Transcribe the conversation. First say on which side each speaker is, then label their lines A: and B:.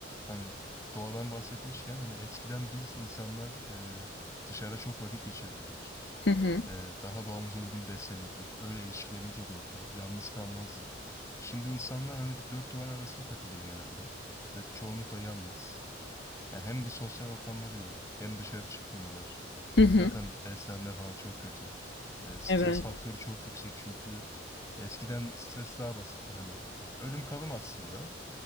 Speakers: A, on the left (about 15°); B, on the left (about 60°).
A: hani doğadan bahsetmişken hani eskiden biz insanlar e, dışarıda çok vakit geçirirdik.
B: Hı hı.
A: Ee, daha doğamıza uygun beslenirdik. Öyle ilişkilerimiz olurdu. Yalnız kalmazdık. Şimdi insanlar hani bir dört duvarın arasında takılıyor genelde. Ve çoğunlukla yalnız. Yani hem bir sosyal ortamları yok, hem dışarı çıkmıyorlar.
B: Hı hı.
A: Zaten beslenme falan çok kötü. Ee, stres
B: Evet.
A: faktörü çok yüksek çünkü eskiden stres daha basitti. Hani ölüm kalım aslında.